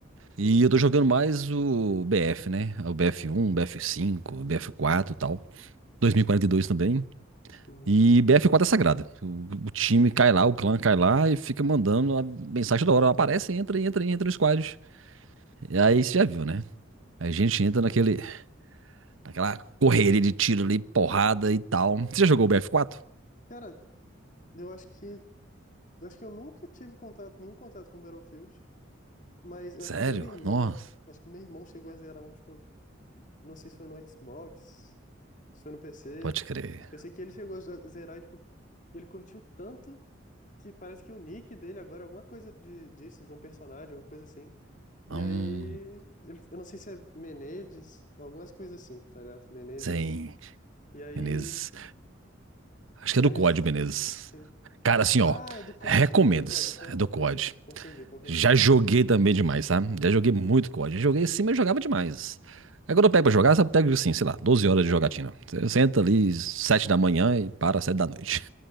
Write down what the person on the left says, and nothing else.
uhum,
uhum.
Cara, eu acho que, eu acho que eu nunca tive contato, nenhum contato com Battlefield. Mas eu
acho que o meu irmão,
acho que meu irmão chegou a zerar um, tipo, não sei se foi no Xbox, se foi no PC.
Eu sei que ele chegou a zerar e, tipo, ele curtiu tanto que parece que o nick dele agora é alguma coisa de, disso, de um personagem, alguma coisa assim.
E aí, ele- eu não sei se é Menezes, algumas coisas assim, tá ligado? Menezes.
E aí,
e
é
isso.
Sim.
Ah, é do COD,
é do COD, então eu
confundi,
confundi, confundi.